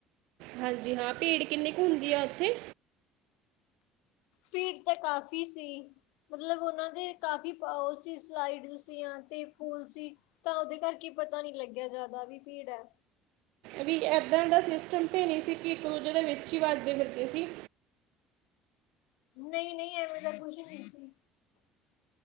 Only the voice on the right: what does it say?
ਹਾਂਜੀ ਹਾਂ ਭੀੜ ਕਿੰਨੀ ਕ ਹੁੰਦੀ ਆ ਉੱਥੇ?
ਵੀ ਐਦਾ ਦਾ ਸਿਸਟਮ 'ਤੇ ਨੀ ਸੀ ਕਿ ਇੱਕ-ਦੂਜੇ ਦੇ ਵਿੱਚ ਈ ਵੱਜਦੇ ਫਿਰਦੇ ਸੀ।